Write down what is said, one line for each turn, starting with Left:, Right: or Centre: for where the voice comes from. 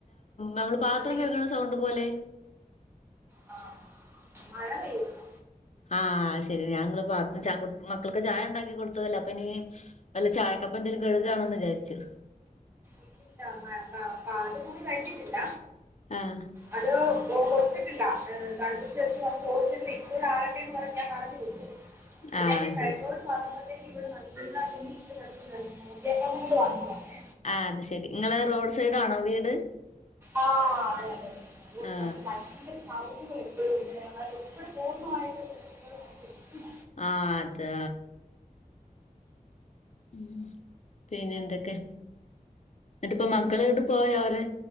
Left: നമ്മള് പാത്രം
Right: അത് ഈ
Left: കഴുക സൗണ്ട് പോലെ?
Right: ആ മഴ പെയ്യുന്നു.
Left: ആഹ് ശരി ഞാങ്ങള് പർഞ്ഞ് ചാ മക്കൾക്ക് ചായ ഇണ്ടാക്കി കൊടുത്തതല്ലേ അപ്പൊ ഇനീ അല്ല ചായക്കപ്പ് എന്തെങ്കിലും കഴുകയാണന്ന് വിചാരിച്ചു
Right: ഇല്ലില്ല, മഴ അത് <unintelligible> കൂടി കഴിച്ചി ട്ടില്ല.
Left: ആഹ്.
Right: അത് ഒ കൊടുത്തിട്ടില്ലതണുപ്പിച്ച് വച്ചു വന്ന് ചോദിച്ചങ്കിഇച്ചരആറട്ടന്ന് പറഞ്ഞ് ഞാൻ പറഞ്ഞു. പിന്നെഈ
Left: ആ ശരി
Right: സൈഡിലോട്ട് വന്നപ്പ ത്തേന് ഇവിടെ നല്ല തുണി കെടപ്പുണ്ടായിരുന്നു കേക്കാ കൊണ്ട് വന്നതാണേ.
Left: ആഹ് അത് ശരി നിങ്ങള്റോഡ് സൈഡ് ആണോ വീട്?
Right: ആഹ അതെ അതെതെ അതുകൊണ്ട്
Left: ആ
Right: നമുക്ക് ഭയങ്കര സൗണ്ട് കേക്കും. <unintelligible> എപ്പോഴും പൂർണ്ണമായിട്ട ഒരു റെസിപ്പികൾ കിട്ടുല.
Left: ആഹ് അതാ ഉം പിന്നെന്തൊക്കെ? എന്നിട്ടിപ്പ മക്കളെ ണ്ട് പോയി അവരെ